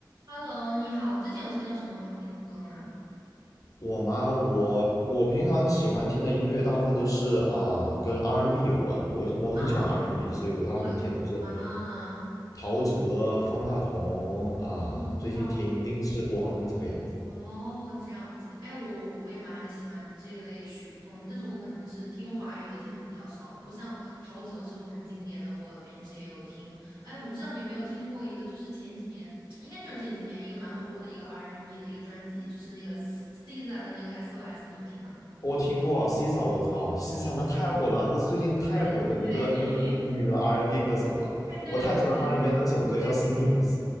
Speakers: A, on the right; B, on the left.
A: Hello，你好，最近有听到什么好听的歌吗？
B: 我吗？我我平常喜欢听的音乐大部分都是啊、跟 R&B n 有关的。我我很喜欢
A: 啊，
B: R&B，n 所以我大部分听的都是
A: 我啊，
B: 陶喆、方大同啊、
A: 嗯
B: 最近听丁世光这个样子。
A: 哦，这样子，哎，我我我也蛮还喜欢这一类曲风，但是我可能是听华语的听的比较少，不过像陶喆这种很经典的，我平时也有听。哎，我不知道你有没有听过一个，就是前几年，应该就是这几年一个蛮火的一个 R&B n 的一个专辑，就是那个 S- SZA 的那个 SOS，你有听吗？
B: 我听过 c i s a 我知道 c i s a 那太火了，
A: 对
B: 她是最近太火的一个那个女的
A: 对对 <laughs>
B: R&B n 歌手了。
A: 对对
B: 我太喜欢她里面的那首歌叫
A: 对对，
B: Snooze。